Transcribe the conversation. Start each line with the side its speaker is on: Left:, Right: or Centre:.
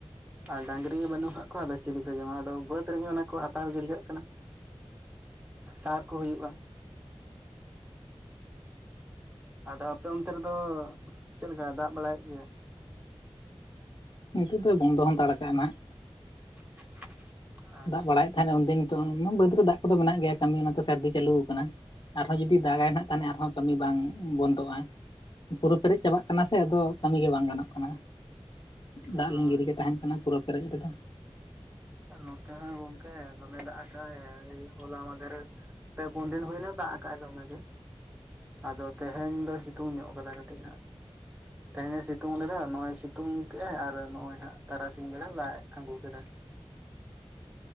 Right: ᱟᱨ ᱰᱟᱝᱨᱤ ᱵᱟᱹᱱᱩᱜ ᱠᱟᱜ ᱠᱚᱣᱟ ᱟᱫᱚ ᱪᱤᱞᱤ ᱠᱚ ᱡᱚᱢᱟ, ᱟᱫᱚ ᱵᱟᱹᱫᱽ ᱨᱮᱜᱮ ᱚᱱᱟ ᱠᱚ ᱟᱛᱟᱨ ᱜᱤᱰᱤ ᱠᱟᱜ ᱠᱟᱱᱟ᱾
Left: <unintelligible>
Right: ᱥᱟᱨ ᱠᱚ ᱦᱩᱭᱩᱜᱼᱟ᱾ ᱟᱫᱚ ᱟᱯᱮ ᱚᱱᱛᱮ ᱨᱮᱫᱚ ᱪᱮᱫ ᱞᱮᱠᱟ ᱫᱟᱜᱽ ᱵᱟᱲᱟᱭᱮᱫ ᱜᱮᱭᱟ᱾
Left: ᱱᱤᱛᱳᱜ ᱫᱚ ᱵᱚᱱᱫᱚ ᱦᱚᱸᱛᱟᱲ ᱠᱟᱜᱼᱟ ᱱᱟᱦᱟᱜ
Right: <unintelligible> ᱟᱪᱪᱷᱟ
Left: ᱫᱟᱜ ᱵᱟᱲᱟᱭᱮᱫ ᱛᱟᱦᱮᱸᱱᱟ ᱩᱱᱫᱤᱱ ᱱᱤᱛᱚᱜ ᱵᱟᱹᱫᱽ ᱨᱮ ᱫᱟᱜ ᱠᱚᱫᱚ ᱢᱮᱱᱟᱜ ᱜᱮᱭᱟ, ᱠᱟᱹᱢᱤ ᱚᱱᱟᱛᱮ ᱥᱟᱹᱨᱫᱤ ᱪᱟᱹᱞᱩ ᱠᱟᱱᱟ᱾ ᱟᱨᱦᱚᱸ ᱡᱩᱫᱤ ᱫᱟᱜᱟᱭ ᱱᱟᱜ ᱛᱟᱸᱦᱚᱞᱮ ᱟᱨᱦᱚᱸ ᱠᱟᱹᱢᱤ ᱵᱟᱝ ᱵᱚᱱᱫᱚᱜᱼᱟ᱾ ᱯᱩᱨᱟᱹ ᱯᱮᱨᱮᱡ ᱪᱟᱵᱟᱜ ᱠᱟᱱᱟ ᱥᱮ ᱟᱫᱚ ᱠᱟᱹᱢᱤ ᱜᱮ ᱵᱟᱝ ᱜᱟᱱᱚᱜ ᱠᱟᱱᱟ᱾ ᱫᱟᱜ
Right: ᱦᱳᱭ
Left: ᱞᱤᱸᱜᱤ ᱨᱤᱜᱤ ᱛᱟᱸᱦᱮᱱ ᱠᱟᱱᱟ ᱯᱩᱨᱟᱹ ᱯᱮᱨᱮᱡ ᱨᱮᱫᱚ
Right: ᱱᱚᱛᱮ ᱦᱚᱸ ᱜᱚᱝᱠᱮ ᱫᱚᱢᱮ ᱫᱟᱜ ᱠᱟᱜ ᱟᱭ ᱦᱳᱞᱟ ᱢᱟᱫᱷᱮᱨ ᱯᱮ-ᱯᱩᱱ ᱫᱤᱱ ᱦᱩᱭᱱᱟ ᱫᱟᱜ ᱠᱟᱜ ᱟᱭ ᱫᱚᱢᱮ ᱜᱮ ᱟᱫᱚ ᱛᱮᱦᱮᱧ ᱫᱚ ᱥᱤᱛᱩᱝ ᱧᱚᱜ ᱠᱟᱫᱟᱭ ᱠᱟᱹᱴᱤᱡ ᱦᱟᱸᱜ
Left: <inaudible>
Right: ᱛᱮᱦᱮᱧ ᱮ ᱥᱤᱛᱩᱝ ᱞᱮᱫᱟ, ᱱᱚᱜ-ᱚᱭ ᱥᱤᱛᱩᱝ ᱠᱮᱫᱟᱭ ᱟᱨ ᱱᱚᱜ-ᱚᱭ ᱦᱟᱸᱜ ᱛᱟᱨᱟᱥᱤᱧ ᱵᱮᱲᱟ ᱫᱟᱜᱽ ᱮ ᱟᱜᱩ ᱠᱮᱫᱟᱭ᱾